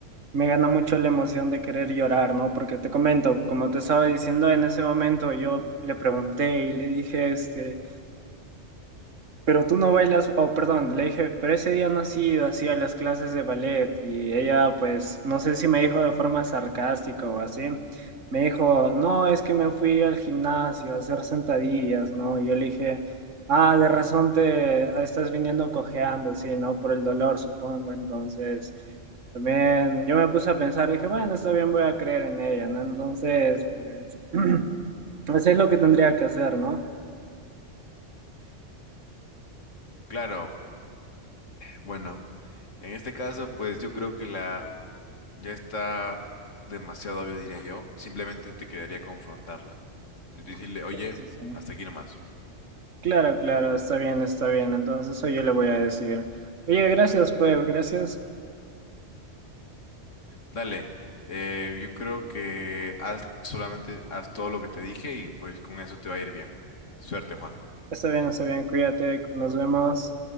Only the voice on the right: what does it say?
me gana mucho la emoción de querer llorar, ¿no? Porque te comento, como te estaba diciendo, en ese momento yo le pregunté y le dije, este, pero tú no bailas, oh, perdón, le dije, pero ese día no has ido así a las clases de ballet y ella pues, no sé si me dijo de forma sarcástica o así, me dijo, no, es que me fui al gimnasio a hacer sentadillas, ¿no? Y yo le dije, ah, de razón te estás viniendo cojeando, sí, ¿no? Por el dolor, supongo. Entonces, también yo me puse a pensar, dije, bueno, está bien, voy a creer en ella, ¿no? Entonces, pues, <clears throat> eso es lo que tendría que hacer, ¿no?
Sí, sí, sí.
Claro, claro, está bien, está bien. Entonces eso yo le voy a decir. Oye, gracias, pues, gracias.
Está bien, está bien, cuídate, nos vemos.